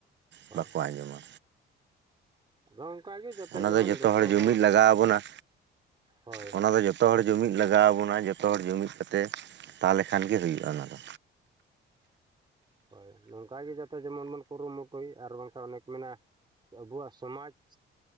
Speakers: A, on the right (about 25°); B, on the right (about 65°).
A: ᱦᱳᱭ᱾
B: ᱵᱟᱠᱚ ᱟᱸᱡᱚᱢᱟ
A: ᱟᱫᱚ ᱚᱱᱠᱟᱜᱮ ᱡᱟᱛᱮ
B: ᱚᱱᱟ
A: ᱡᱮᱢᱚᱱ
B: ᱫᱚ
A: ᱡᱚᱛᱚ
B: ᱡᱩᱢᱤᱫ
A: ᱦᱚᱲ
B: ᱞᱟᱜᱟᱣ ᱟᱵᱚᱱᱟ
A: ᱦᱳᱭ
B: ᱚᱱᱟ ᱫᱚ ᱡᱚᱛᱚ ᱦᱚᱲ ᱡᱩᱢᱤᱫ ᱞᱟᱜᱟᱣ ᱵᱚᱱᱟ, ᱡᱚᱛᱚ ᱦᱚᱲ ᱡᱩᱢᱤᱫ ᱠᱟᱛᱮ ᱛᱟᱦᱚᱞᱮ ᱠᱷᱟᱱ ᱜᱮ ᱦᱩᱭᱩᱜᱼᱟ ᱚᱱᱟ ᱫᱚ᱾
A: ᱦᱳᱭ ᱱᱚᱝᱠᱟ ᱜᱮ ᱡᱟᱛᱮ ᱡᱮᱢᱚᱱ ᱵᱚᱱ ᱠᱩᱨᱩᱢᱩᱴᱩᱭ ᱟᱨ ᱵᱟᱝᱠᱷᱟᱱ ᱚᱱᱮ ᱠᱚ ᱢᱮᱱᱟ ᱟᱵᱩᱣᱟᱜ ᱥᱚᱢᱟᱡ